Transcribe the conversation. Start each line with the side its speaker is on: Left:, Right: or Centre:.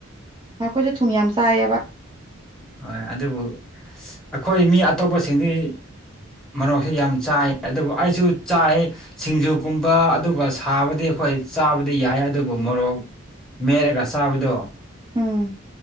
Right: ꯑꯩꯈꯣꯏꯁꯨꯦ ꯊꯨꯝ ꯌꯥꯝ ꯆꯥꯏꯌꯦꯕ
Centre: ꯍꯣꯏ ꯑꯗꯨꯕꯨ ꯑꯩꯈꯣꯏ ꯃꯤ ꯑꯇꯣꯞꯄꯁꯤꯡꯗꯤ ꯃꯔꯣꯛꯁꯦ ꯌꯥꯝ ꯆꯥꯏ ꯑꯗꯨꯕꯨ ꯑꯩꯁꯨ ꯆꯥꯏ ꯁꯤꯡꯖꯨꯀꯨꯝꯕ ꯑꯗꯨꯒ ꯁꯥꯕꯗꯤ ꯑꯩꯈꯣꯏ ꯆꯥꯕꯗꯤ ꯌꯥꯏ ꯑꯗꯨꯕꯨ ꯃꯣꯔꯣꯛ ꯃꯦꯜꯠꯂꯒ ꯁꯥꯕꯗꯣ
Right: ꯎꯝ